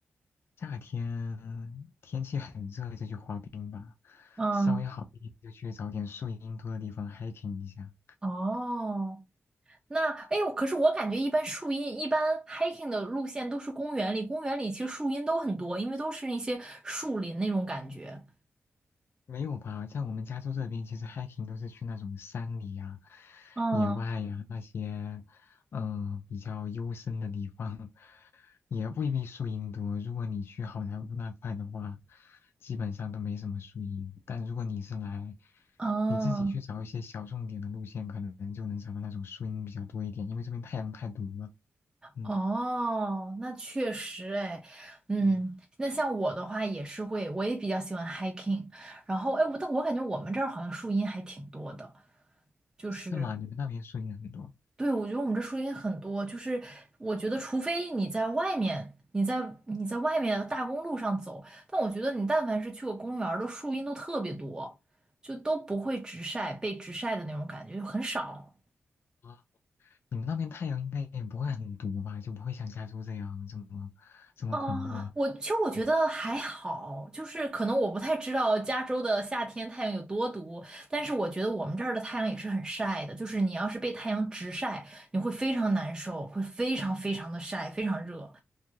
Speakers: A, on the left (about 60°); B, on the right (about 15°).
A: 夏天天气很热就去滑冰吧，
B: 嗯，
A: 稍微好一点就去找点树荫多的地方 hiking 一下。
B: 哦，那哎呦，可是我感觉一般树荫，一般 hiking 的路线都是公园里，公园里其实树荫都很多，因为都是一些树林那种感觉。
A: 没有吧，在我们加州这边，其实 hiking 都是去那种山里呀、
B: 嗯，
A: 野外呀、那些，嗯、比较幽深的地方，也未必树荫多。如果你去好莱坞那块的话，基本上都没什么树荫。但如果你是来，
B: 嗯，
A: 你自己去找一些小众点的路线，可能就能找到那种树荫比较多一点，因为这边太阳太毒了。嗯，
B: 哦，那确实哎，嗯，
A: 嗯，
B: 那像我的话也是会，我也比较喜欢 hiking，然后哎，我但我感觉我们这儿好像树荫还挺多的，就是
A: 是吗？你们那边树荫很多，
B: 对，我觉得我们这树荫很多，就是我觉得除非你在外面，你在你在外面大公路上走，但我觉得你但凡是去过公园儿的树荫都特别多，就都不会直晒，被直晒的那种感觉就很少。
A: 啊，你们那边太阳应该也不会很毒吧？就不会像加州这样这么这么恐怖。
B: 啊，我其实我觉得还好，
A: 嗯
B: 就是可能我不太知道加州的夏天太阳有多毒，但是我觉得我们这儿的太阳也是很晒的，就是你要是被太阳直晒，你会非常难受，会非常非常的晒，非常热